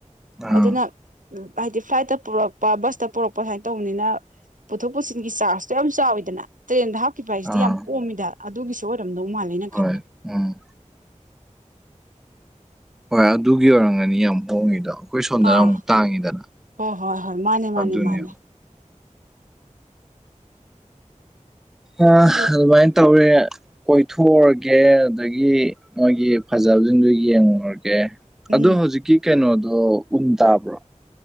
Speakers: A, in the centre; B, on the right.
A: ꯑꯥ
B: ꯑꯗꯨꯅ ꯍꯥꯏꯗꯤ ꯐ꯭ꯂꯥꯏꯠꯇ ꯄꯨꯔꯛꯄ ꯕꯁꯇ ꯄꯨꯔꯛꯄ ꯁꯨꯃꯥꯏꯅ ꯇꯧꯕꯅꯤꯅ ꯄꯨꯊꯣꯛ ꯄꯨꯁꯤꯟꯒꯤ ꯆꯥꯔꯖꯇꯣ ꯌꯥꯝ ꯆꯥꯎꯋꯤꯗꯅ ꯇ꯭ꯔꯦꯟꯗ ꯍꯥꯞꯈꯤꯕ ꯍꯥꯏꯁꯤꯗꯤ
A: ꯑꯥ
B: ꯌꯥꯝ ꯀꯣꯝꯃꯤꯗ ꯑꯗꯨꯒꯤꯁꯨ ꯑꯣꯏꯔꯝꯗꯧ ꯃꯥꯜꯂꯦꯅ
A: ꯍꯣꯏ
B: ꯈꯟꯕꯅꯦ
A: ꯎꯝ ꯍꯣꯏ ꯑꯗꯨꯒꯤ ꯑꯣꯏꯔꯝꯒꯅꯤ ꯌꯥꯝ ꯍꯣꯡꯉꯤꯗꯣ ꯑꯩꯈꯣꯏ ꯁꯣꯝꯗꯅ
B: ꯑꯥ
A: ꯑꯃꯨꯛ ꯇꯥꯡꯉꯤꯗꯅ
B: ꯍꯣꯏ ꯍꯣꯏ ꯍꯣꯏ ꯃꯥꯅꯦ ꯃꯥꯅꯦ
A: ꯑꯗꯨꯅꯦꯕ
B: ꯃꯥꯅꯦ
A: ꯑꯥ
B: ꯑꯗꯣ
A: ꯑꯗꯨꯃꯥꯏꯅ ꯇꯧꯋꯦ ꯀꯣꯏꯊꯣꯛꯎꯔꯒꯦ ꯑꯗꯨꯗꯒꯤ ꯃꯣꯏꯒꯤ ꯐꯖꯕꯁꯤꯡꯗꯨꯣ ꯌꯦꯡꯉꯨꯔꯒꯦ
B: ꯎꯝ
A: ꯑꯗꯣ ꯍꯧꯖꯤꯛꯀꯤ ꯀꯩꯅꯣꯗꯣ ꯎꯟ ꯇꯥꯕ꯭ꯔꯣ